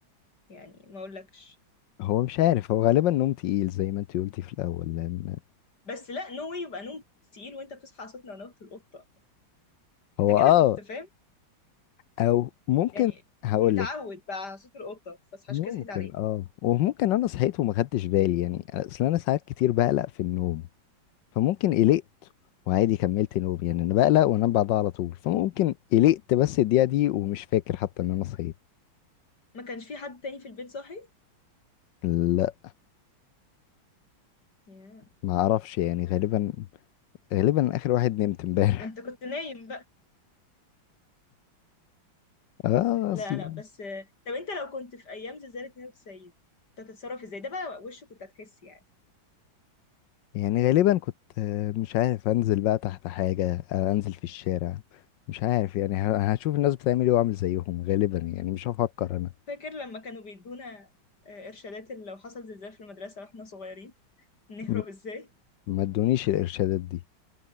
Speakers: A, on the left; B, on the left.
A: يعني ما اقولكش
B: هو مش عارف هو غالبا نوم تقيل زي ما انت قلتي في الاول لان
A: بس لا نو واي يبقى نوم تقيل وانت بتصحى على صوت نونوت القطه
B: هو
A: انت كده
B: اه
A: كنت فاهم
B: او ممكن
A: يعني
B: هقول
A: متعود
B: لك
A: بقى على صوت القطه فصحاش
B: ممكن
A: كده صحيت عليه
B: اه وممكن انا صحيت وما خدتش بالي يعني اصل انا ساعات كتير بقلق في النوم فممكن قلقت وعادي كملت نوم يعني انا بقلق وانام بعدها على طول فممكن قلقت بس الدقيقة دي ومش فاكر حتى ان انا صحيت
A: ما كانش في حد تاني في البيت صاحي
B: لا
A: yeah.
B: ما اعرفش يعني غالبا غالبا اخر واحد نمت امبارح
A: ما انت كنت نايم بقى
B: <laughs> اه
A: لا
B: اصل
A: لا بس طب انت لو كنت في ايام زلزال 92 كنت هتتصرف ازاي ده بقى وشه كنت هتحس يعني
B: يعني غالبا كنت آه، مش عارف انزل بقى تحت حاجة آه، انزل في الشارع مش عارف يعني ه- هشوف الناس بتعمل ايه واعمل زيهم غالبا يعني مش هفكر انا
A: فاكر لما كانوا بيدونا آه، إرشادات اللي لو حصل زلزال في المدرسة واحنا صغيرين نهرب
B: م-
A: ازاي؟
B: ما ادونيش الارشادات دي